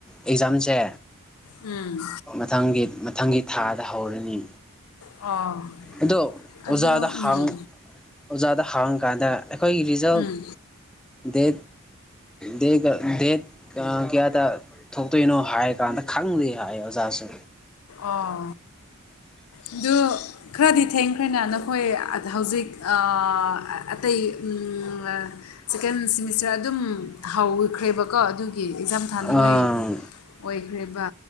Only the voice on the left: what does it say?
ꯎꯝ
ꯑꯣ
ꯑꯗꯣ
ꯎꯝ
ꯎꯝ
ꯑꯥ ꯑꯗꯨ ꯈꯔꯗꯤ ꯊꯦꯡꯈ꯭ꯔꯦꯅꯦ ꯅꯈꯣꯏ ꯍꯧꯖꯤꯛ ꯑ ꯑꯇꯩ ꯎꯝ ꯁꯦꯀꯦꯟ ꯁꯤꯃꯤꯁꯇꯔ ꯑꯗꯨꯝ ꯍꯧꯥꯎꯈ꯭ꯔꯦꯕꯀꯣ ꯑꯗꯨꯒꯤ ꯏꯛꯖꯝ ꯊꯥꯅꯤꯡꯉꯥꯏ
ꯑꯣꯏꯈ꯭ꯔꯤꯕ